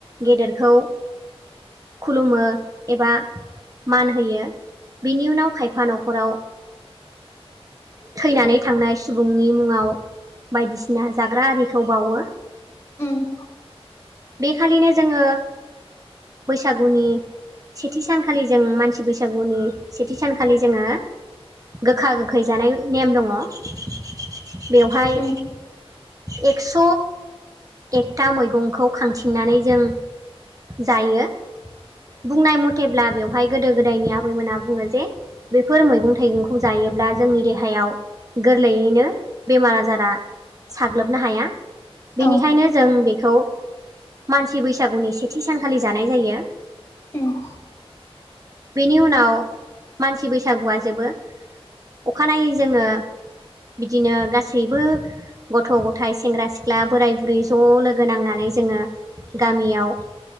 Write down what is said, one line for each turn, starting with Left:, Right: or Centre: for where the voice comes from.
Right: गेदेरखौ खुलुमो एबा मान होयो। बिनि उनाव खायफा न'खराव थैनानै थांनाय सुबुंनि मुङाव बायदिसिना होनना जाग्रा आरिखौ बावो
Left: ओम
Right: बेखालिनो जोङो बैसागुनि सेथि सान खालि जों मानसि बैसागुनि सेथि सानखालि जोङो गोखा गोखै जानाय नेम दङ बेवहाय
Left: औ
Right: एक्स' एकथा मैगंखौ खांथिंनानै जों जायो बुंनाय मथेब्ला बेवहाय गोदो गोदायनि आबैमोना बुङो जे बेफोर मैगं -थाइगंखौ जायोब्ला जोंनि देहायाव गोरलैयैनो बेमार आजारा साग्लोबनो हाया।
Left: ओ
Right: बेनिखायनो जों बेखौ मानसि बैसागुनि सेथि सानखालि जानाय जायो।
Left: ओम
Right: बेनि उनाव मानसि बैसागुआ जोबो अखानायै जोङो बिदिनो गासैबो गथ', गथाय, सेंग्रा, सिख्ला, बोराय, बुरै ज' लोगो नांनानै जोङो गामियाव